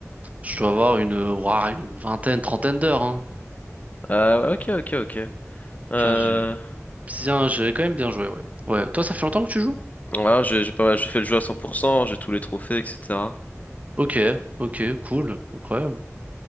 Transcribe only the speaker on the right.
Je dois avoir une, ouah, une vingtaine, trentaine d'heures, hein.
Tu vois, j'ai bien, j'ai quand même bien joué, ouais. Ouais. Toi, ça fait longtemps que tu joues?
Ok, ok, cool, incroyable.